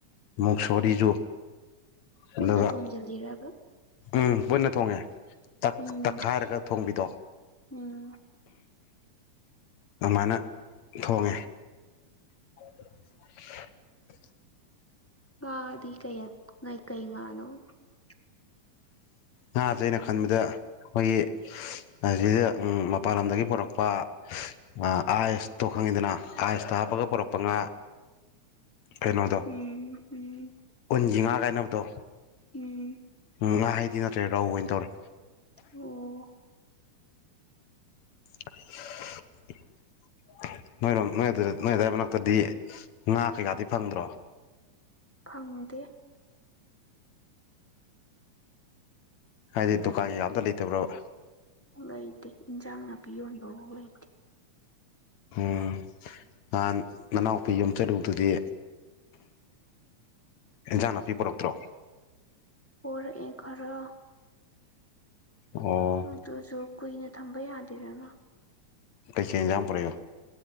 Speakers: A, on the left; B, on the left.
A: ꯃꯨꯛꯁꯣꯔꯤꯁꯨ
B: ꯄꯨꯟꯅ
A: ꯑꯗꯨꯒ
B: ꯊꯣꯝꯖꯤꯜꯂꯤꯔꯕ
A: ꯎꯝ ꯄꯨꯟꯅ ꯊꯣꯡꯉꯦ ꯇꯛ
B: ꯎꯝ
A: ꯇꯛꯈꯥꯏꯔꯒ ꯊꯣꯡꯕꯤꯗꯣ
B: ꯎꯝ
A: ꯑꯗꯨꯃꯥꯏꯅ ꯊꯣꯡꯉꯦ <unintelligible>
B: ꯉꯗꯤ ꯀꯩ ꯑꯥ ꯉꯥꯏ ꯀꯩ ꯉꯅꯣ <inaudible>
A: ꯉꯥꯁꯦ ꯑꯩꯅ ꯈꯟꯕꯗ ꯑꯩꯈꯣꯏꯒꯤ ꯑꯁꯤꯗ ꯃꯄꯥꯟ ꯂꯝꯗꯒꯤ ꯄꯨꯔꯛꯄ ꯑꯥ ꯑꯥꯏꯁꯇꯣ ꯈꯪꯉꯤꯗꯅ ꯑꯥꯏꯁꯇ ꯍꯥꯞꯄꯒ ꯄꯨꯔꯛꯄ ꯉꯥ
B: <inaudible>
A: ꯀꯩꯅꯣꯗꯣ
B: ꯎꯝ ꯎꯝ
A: ꯎꯨꯟꯒꯤ ꯉꯥꯒ ꯍꯥꯏꯅꯕꯗꯣ
B: ꯎꯝ
A: ꯎꯝ ꯉꯍꯩꯗꯤ ꯅꯠꯇ꯭ꯔꯦ ꯔꯧ ꯑꯣꯏꯅ ꯇꯧꯔꯦ
B: ꯑꯣ
A: <unintelligible> ꯅꯣꯏꯔꯣꯝ ꯅꯣꯏ ꯑꯗꯨꯗ ꯅꯣꯏ ꯑꯗꯥꯋꯥꯏ ꯃꯅꯥꯛꯇꯗꯤ ꯉꯥ ꯀꯩꯀꯥꯗꯤ ꯐꯪꯗ꯭ꯔꯣ
B: ꯐꯪꯗꯦ
A: ꯍꯥꯏꯗꯤ ꯗꯨꯀꯥꯟ ꯀꯩꯀ ꯑꯝꯇ ꯂꯩꯇꯕ꯭ꯔꯣꯕ
B: ꯂꯩꯇ ꯏꯟꯖꯥꯡ ꯅꯄꯤ ꯌꯣꯟꯕ ꯐꯧ ꯂꯩꯇꯦ
A: ꯎꯝ ꯅꯍꯥꯟ ꯅꯅꯥꯎꯄꯤ ꯌꯨꯝ ꯆꯠꯂꯨꯗꯨꯗꯤ ꯏꯟꯖꯥꯡ ꯅꯥꯄꯤ ꯄꯨꯔꯛꯇ꯭ꯔꯣ
B: ꯄꯔ ꯑꯦ ꯈꯔ
A: ꯑꯣ
B: ꯑꯗꯨꯨꯁꯨ ꯀꯨꯏꯅ ꯊꯝꯕ ꯌꯥꯗꯦꯗꯅ
A: ꯀꯩꯁ ꯌꯥꯝ ꯄꯔꯦꯒꯣ